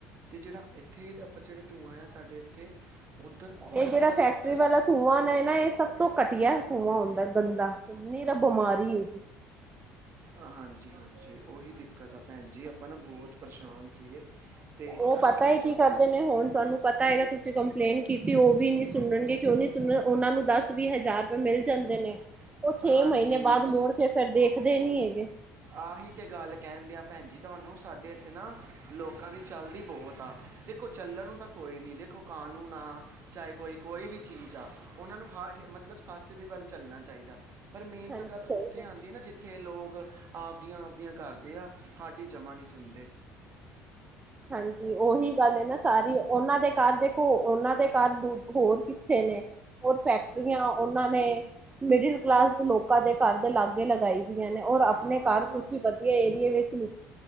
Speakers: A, on the right; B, on the right.
A: ਤੇ ਜਿਹੜਾ ਇੱਥੇ ਤਾਂ ਆਪਾਂ ਜਿਹੜੇ ਧੂੰਆਂ ਆ, ਸਾਡੇ ਇੱਥੇ, ਉੱਧਰ ਬਹੁਤ
B: ਇਹ ਜਿਹੜਾ ਫੈਕਟਰੀ
A: ਦਿੱਕਤ
B: ਵਾਲਾ ਧੂੰਆਂ ਨੇ ਨਾ ਇਹ ਸਭ
A: ਹਾਂਜੀ
B: ਤੋਂ ਘਟੀਆ ਧੂੰਆਂ ਹੁੰਦਾ ਗੰਦਾ ਨੀਰਾ ਬਿਮਾਰੀ ਹੈਗੀ
A: ਹਾਂਜੀ ਹਾਂਜੀ ਉਹੀ ਦਿੱਕਤ ਆ ਭੈਣ ਜੀ, ਆਪਾਂ ਨਾ ਬਹੁਤ ਪਰੇਸ਼ਾਨ ਸੀਗੇ ਤੇ ਇਸ
B: ਔ
A: ਕਰਕੇ
B: ਪਤਾ ਹੈ
A: ਕਿਉਂਕਿ
B: ਕੀ ਕਰਦੇ
A: ਨਾ
B: ਨੇ, ਹੁਣ ਤੁਹਾਨੂੰ ਪਤਾ ਹੈਗਾ ਤੁਸੀਂ ਕੰਪਲੇਂਟ ਕੀਤੀ, ਉਹ ਵੀ ਨੀ ਸੁਣਨਗੇ ਕਿਉਂ ਨਹੀਂ ਸੁਣ ਰਹੇ, ਉਹਨਾਂ ਨੂੰ ਦਸ ਵੀਹ ਹਜ਼ਾਰ ਚ ਮਿਲ ਜਾਂਦੇ ਨੇ,
A: ਦੇ
B: ਔ ਛੇ
A: ਹਾਂਜੀ
B: ਮਹੀਨੇ ਬਾਅਦ ਮੁੋੜ ਕੇ ਫੇਰ ਦੇਖਦੇ ਨੀ ਹੈਗੇ।
A: ਆਹੀ ਤੇ ਗੱਲ ਕਹਿਣ ਦਿਆਂ ਭੈਣ ਜੀ ਤੁਹਾਨੂੰ, ਸਾਡੇ ਇੱਥੇ ਨਾ ਲੋਕਾਂ ਦੀ ਚਲਦੀ ਬਹੁਤ ਆ। ਦੇਖੋ ਚੱਲਣ ਨੂੰ ਤਾਂ ਕੋਈ ਨਹੀਂ, ਦੇਖੋ ਕਾਨੂੰਨ ਆ, ਚਾਹੇ ਕੋਈ ਕੋਈ ਵੀ ਚੀਜ਼ ਆ ਉਹਨਾਂ ਨੂੰ ਹ ਮਤਲਬ ਸੱਚ ਦੇ ਵੱਲ ਚੱਲਣਾ ਚਾਹੀਦਾ, ਪਰ ਮੇਨ
B: ਹਾਂਜੀ
A: ਤਾਂ ਗੱਲ
B: ਸਹੀ
A: ਉੱਥੇ ਆਉਂਦੀ ਹੈ ਨਾ ਜਿੱਥੇ ਲੋਕ ਆਪਦੀਆਂ ਆਪਦੀਆਂ ਕਰਦੇ ਆ, ਸਾਡੀ ਜਮ੍ਹਾਂ ਨਹੀਂ ਸੁਣਦੇ।
B: ਹਾਂਜੀ ਉਹੀ ਗੱਲ ਨਾ ਸਾਰੀ, ਉਹਨਾਂ ਦੇ ਘਰ ਦੇਖੋ ਉਹਨਾਂ ਦੇ ਘਰ ਦ ਹੋਰ ਕਿੱਥੇ ਹੋਰ ਫੈਕਟਰੀਆਂ ਉਹਨਾਂ ਨੇ ਮਿਡਲ ਕਲਾਸ ਲੋਕਾਂ ਦੇ ਘਰ ਦੇ ਲਾਗੇ ਲਗਾਈ ਨੇ ਔਰ ਆਪਣੇ
A: ਹਾਂ
B: ਘਰ, ਤੁਸੀਂ ਵਧੀਆ ਏਰੀਏ ਵਿੱਚ ਲਿਫ